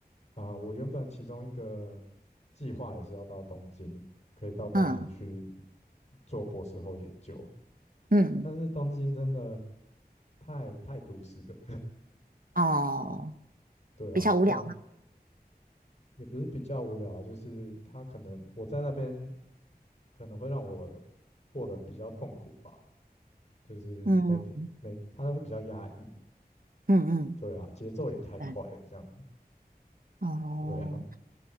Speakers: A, on the left; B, on the right.
A: 啊、呃我原本其中一个计划也是要到东京，可以到东京去
B: 嗯
A: 做博士后研究，
B: 嗯，
A: 但是东京真的太太都市了，
B: 哦，
A: <laughs> 对啊，
B: 比较无聊。
A: 但也不是比较无聊啊就是它可能我在那边可能会让我过得比较痛苦吧，就是每天每它会比较压抑，
B: 嗯嗯嗯，
A: 对啊，节奏也太快了，
B: 对，
A: 这样
B: 哦，
A: 对啊，